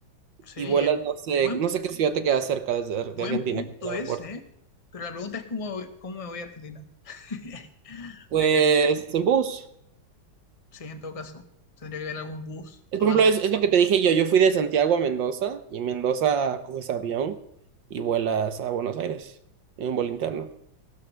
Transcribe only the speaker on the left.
Sí,
es
bu-
buen,
buen
punto
ese, ¿eh? Pero la pregunta es cómo, voy- cómo me voy a Argentina. <laughs>
Habría que ver si,
si en todo caso tendría que ver algún bus,
totazo.